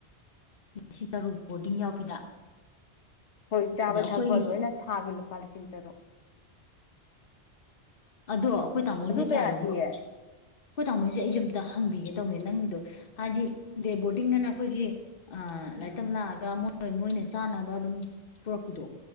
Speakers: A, on the left (about 55°); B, on the left (about 85°).
A: <unintelligible> ꯇꯔꯨꯛ ꯕꯣꯔꯗꯤꯡ ꯌꯥꯎꯕꯤꯗ
B: ꯍꯣꯏ ꯆꯥꯕ
A: ꯑꯗ ꯑꯩꯈꯣꯏꯒꯤꯁꯤ
B: ꯊꯛꯄ ꯂꯣꯏꯅ ꯊꯥꯒꯤ ꯂꯨꯄꯥ ꯂꯤꯁꯤꯡ ꯇꯔꯨꯛ
A: ꯑꯗꯣ ꯑꯈꯣꯏ ꯇꯥꯃꯣꯒꯤꯁꯦ
B: ꯑꯗꯨ
A: ꯀꯌꯥ ꯂꯧꯕꯅꯣ
B: ꯊꯤꯌꯦ
A: ꯈꯣꯏ ꯇꯥꯃꯣꯁꯦ ꯑꯩꯁꯨ ꯑꯝꯇ ꯍꯪꯕꯤꯒꯦ ꯇꯧꯕꯅꯦ ꯅꯪꯒꯤꯗꯣ ꯍꯥꯏꯗꯤ ꯗꯦ ꯕꯣꯔꯗꯤꯡꯅ ꯑꯩꯈꯣꯏꯒꯤ ꯑ
B: ꯎꯝ
A: ꯂꯥꯏꯔꯤꯛ ꯇꯝꯕ ꯂꯥꯛ ꯑꯒ ꯃꯣꯏ ꯃꯣꯏꯅ ꯆꯥꯅꯕ ꯗꯨꯝ ꯄꯨꯔꯛꯄꯤꯗꯣ